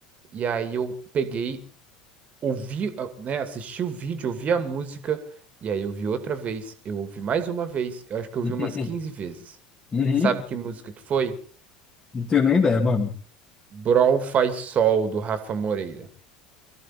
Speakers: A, on the right; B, on the left.
A: E aí eu peguei, ouvi, ah, né? Assisti o vídeo, ouvi a música, e aí eu vi outra vez, eu ouvi mais uma vez, eu acho que eu ouvi
B: <laughs>
A: umas 15 vezes.
B: Uhum.
A: Sabe que música que foi?
B: Não tenho nem ideia, mano.
A: Brol Faz Sol, do Rafa Moreira.